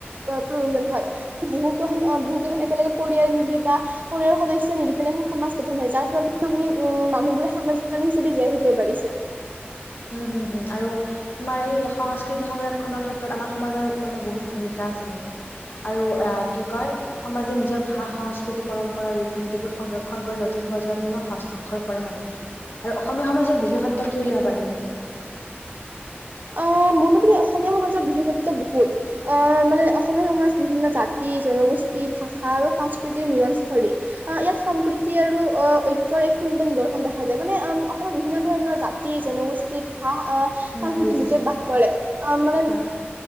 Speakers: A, on the right; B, on the left.
A: প্ৰয়োজন হয়। বহু কেইখন বহু কেইখন একেলগে পৰিয়াল মিলি বা পৰিয়ালৰ সদস্য মিলি পিনে এখন সমাজ গঠন হয়। যাৰ ফলত আমি উম মানুহ বোলে সামাজিক প্ৰাণী হিচাপে জীয়াই থাকিব পাৰিছে।
B: উম হম-হম আৰু তোমাৰ এই সংস্কৃতি সংৰক্ষনৰ ক্ষেত্ৰত আমাৰ সমাজৰ মানে বহুত ভূমিকা আছে মানে আৰু আহ কি কয় সমাজে নিজৰ ভাষা সংস্কৃতি পৰম্পৰা ৰীতি নীতিবোৰ সংৰক্ষণ কৰি নতুন প্ৰজন্মক হস্তাক্ষৰ কৰে মানে। আৰু অসমীয়া সমাজৰ বিশেষত্ব কি বুলি ভাবা তুমি?
A: অ মোৰ মতে অস অসমীয়া সমাজৰ বিশেষত্ব বহুলত আহ মানে অসমীয়া সমাজ বিভিন্ন জাতি জনগোষ্ঠী ভাষা আৰু সংস্কৃতিৰ মিলনস্থলী আহ ইয়াত সম্প্ৰীতি আৰু আহ ঐক্যৰ এক সুন্দৰ নিদৰ্শন দেখা যায় মানে অসমত বিভিন্ন ধৰণৰ জাতি জনগোষ্ঠী ভাষা আহ
B: উম
A: সংস্কৃতিৰ
B: বুজিছো
A: লোকে বাস কৰে আহ মানে
B: হয়।